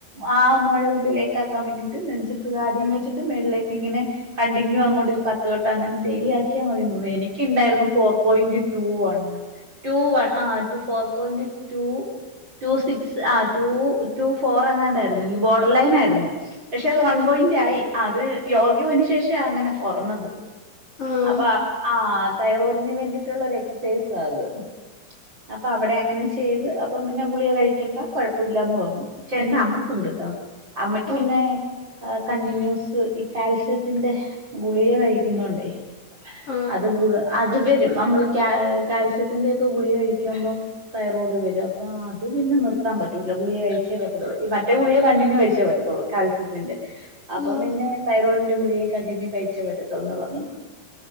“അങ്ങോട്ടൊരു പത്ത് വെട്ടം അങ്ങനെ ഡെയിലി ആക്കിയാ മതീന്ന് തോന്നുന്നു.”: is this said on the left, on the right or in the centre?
Right